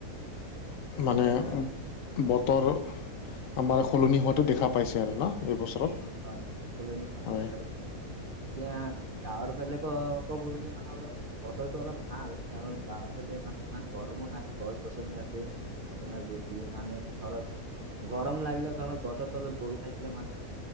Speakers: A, on the right; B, on the left.
A: এতিয়া
B: মানে বতৰ আমাৰ সলনি হোৱাতটো দেখা পাইছে আৰু ন? এইবছৰত
A: উম', হয় হয় সলনি হোৱাটো
B: হয়
A: দেখা পাইছোঁ। এতিয়া, গাঁৱৰ ফালে ক- ক'ব গ'লে মানে অলপ বতৰটো অলপ ভাল। কাৰণ গাঁৱৰ ফালে মানে ইমান গৰমো নাই গছ গছনি আছে। আপোনাৰ বেছি মানে ধৰক, গৰম লাগিলে ধৰক গছৰ তলত বহি থাকিলে মানে